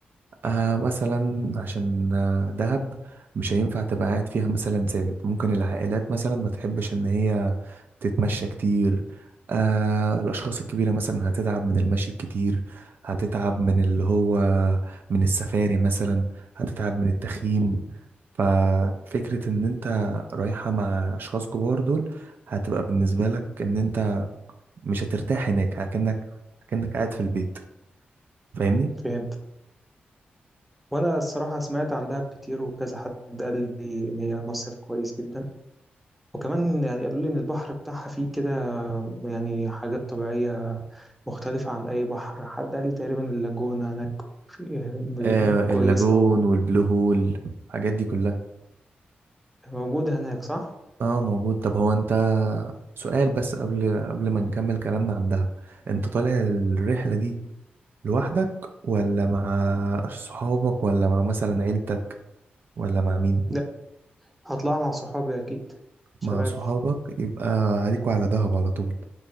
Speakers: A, on the right; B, in the centre.
A: آه مثلا عشان آه، دهب مش هينفع تبقى قاعد فيها مثلا ثابت ممكن العائلات مثلا ما تحبش ان هي تتمشى كتير آه الاشخاص الكبيره مثلا هتتعب من المشي الكتير هتتعب من اللي هو من السفاري مثلا هتتعب من التخييم ففكره ان انت رايحه مع اشخاص كبار دول هتبقى بالنسبه لك ان انت مش هترتاح هناك كأنك كأنك قاعد في البيت فاهمني
B: فهمت وانا الصراحه سمعت عن دهب كتير وكذا حد قال لي ان هي مصيف كويس جدا وكمان يعني قالوا لي ان البحر بتاعها فيه كده يعني حاجات طبيعيه مختلفه عن اي بحر حد قال لي تقريبا اللاجونه هناك في-
A: آه
B: كويسه
A: اللاجون والبلو هول الحاجات دي كلها
B: وموجوده هناك صح
A: اه موجود طب هو انت سؤال بس قبل قبل ما نكمل كلامنا عن دهب انت طالع الرحلة دي لوحدك ولا مع صحابك ولا مع مثلا عيلتك ولا مع مين
B: لا هطلع مع صحابي اكيد شباب
A: مع صحابك يبقى عليكوا على دهب على طول